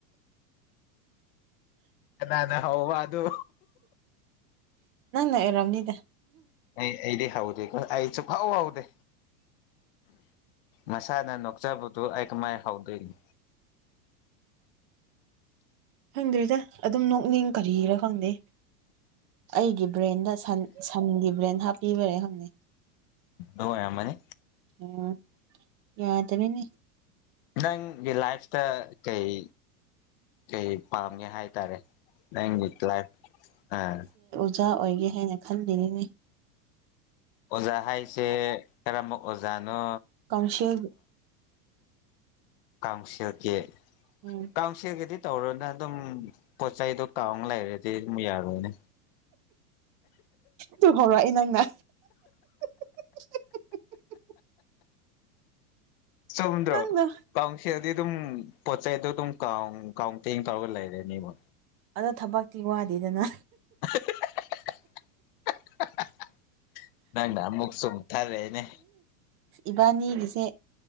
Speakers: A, on the left; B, on the right.
A: ꯅꯥꯅꯦ ꯍ ꯋꯥ ꯑꯗꯨ
B: ꯑꯦꯔꯝꯅꯤꯗ
A: ꯍꯩ ꯑꯩꯗꯤ ꯍꯧꯎꯗꯦꯀꯣ ꯁꯨꯀꯍꯧ ꯍꯧꯗꯦ ꯃꯁꯥꯅ ꯅꯣꯛꯆꯕꯗꯨ ꯑꯩ ꯀꯃꯥꯏ ꯍꯧꯗꯣꯏꯅꯤ
B: ꯈꯪꯗ꯭ꯔꯔꯤꯗ ꯑꯗꯨꯝ ꯅꯣꯛꯅꯤꯡ ꯀꯔꯤꯔꯥ ꯈꯪꯗꯦ ꯑꯩꯒꯤ ꯕ꯭ꯔꯦꯟꯗ ꯁꯟꯒꯤ ꯕ꯭ꯔꯦꯟ ꯍꯥꯞꯄꯤꯕꯔꯦ ꯍꯪꯅꯩ
A: ꯑꯗꯨ ꯑꯣꯏꯔꯝꯃꯅꯤ
B: ꯎꯝ ꯌꯥꯗꯔꯦꯅꯦ
A: ꯅꯪꯒꯤ ꯂꯥꯏꯐꯇ ꯀꯩ ꯀꯩ ꯄꯥꯝꯒꯦ ꯍꯥꯏꯇꯥꯔꯦ ꯅꯪꯒꯤ ꯀꯂꯥꯏ ꯑꯥ
B: ꯃꯆꯥ ꯑꯣꯏꯒꯦ ꯍꯥꯏꯅ ꯈꯟꯂꯤꯅꯤꯅꯦ
A: ꯑꯣꯖꯥ ꯍꯥꯏꯁꯦ ꯀꯔꯝꯕ ꯑꯣꯖꯥꯅꯣ
B: ꯀꯥꯎꯟꯁꯤꯜ
A: ꯀꯥꯡꯁꯦꯜꯒꯤ
B: ꯎꯝ
A: ꯀꯥꯡꯁꯦꯜꯒꯤꯗꯤ ꯇꯧꯔꯨꯅ ꯑꯗꯨꯝ ꯄꯣꯠ ꯆꯩꯗꯣ ꯇꯥꯎ ꯂ ꯂꯩꯔꯗꯤ ꯑꯃꯨꯛ ꯌꯥꯔꯣꯏꯅꯦ
B: ꯇꯨ ꯍꯧꯔꯛ ꯑꯦ ꯅꯪꯅ <inaudible>
A: ꯁꯃꯨꯗ꯭ꯔ
B: ꯅꯪꯅ
A: ꯄꯥꯡꯁꯤ ꯑꯗꯨꯝ ꯄꯣꯠ ꯆꯩꯩꯗꯣ ꯑꯗꯨꯝꯥꯎ ꯀꯥꯎ ꯇꯦꯡ ꯇꯧꯔꯒ ꯂꯩꯔꯦꯅꯦꯕ
B: ꯑꯗꯣ ꯊꯕꯛꯇꯤ ꯋꯥꯗꯦꯗꯅ
A: <unintelligible> ꯅꯪꯅ ꯑꯃꯃꯨꯛ ꯁꯨꯨꯝ ꯊꯔ ꯔꯦꯅꯦ
B: ꯏꯕꯥꯅꯤꯒꯤꯁꯦ